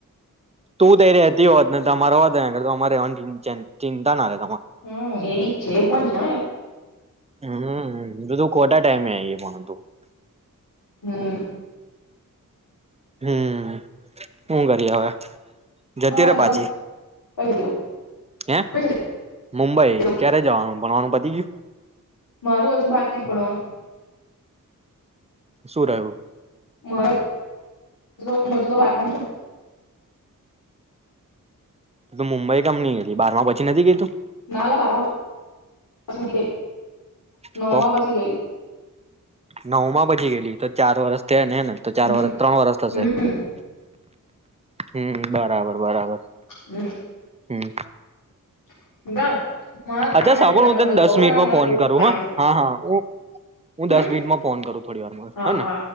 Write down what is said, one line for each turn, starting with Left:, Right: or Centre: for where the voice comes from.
Right: તું તંઈ રેતી હોત ને તમારે હોત તંઈ અગાળ અમાર રેવાની તં ચિંતા ના રે
Left: હમ એ છે પણ છે
Right: <unintelligible> હમ તું ખોટા ટાઈમે આઈ <unintelligible>
Left: હમ
Right: હમ શું કરીએ હવે જતી
Left: બસ
Right: રે પાછી
Left: જો કઈ જતી રહું
Right: હેં
Left: કઈ
Right: મુંબઈ
Left: જતી રહું
Right: ક્યારે જવાનું? ભણવાનું પતી ગ્યું?
Left: મારું હજુ બાકી જ ભણવાનું
Right: શું રહ્યું?
Left: <unintelligible> અજુ તો બારમા માં છુ
Right: તુ મુંબઈ કમની હતી બારમાં પછી નથી ગય તું?
Left: નાલા બારમાં પછી નથી ગઈ
Right: તું
Left: નવમાં પછી ગયલી
Right: નવમાં પહોચી ગયેલી તો ચાર વર્ષ તે ને ને, તો ચાર
Left: હમ
Right: વરહ ત્રણ વરસ થશે.
Left: હમ
Right: હમ્મ. બરાબર-બરાબર,
Left: હમ
Right: હમ્મ.
Left: <unintelligible>
Right: અચ્છા
Left: છે
Right: સાંભળ
Left: થોડુંક
Right: હું તન દસ મિનિટમાં ફોન કરું.
Left: કામ છે
Right: હા, હા ઓક હું
Left: હમ
Right: દસ મિનિટમાં ફોન કરું થોડી વારમાં,
Left: હા
Right: હ ને.
Left: હા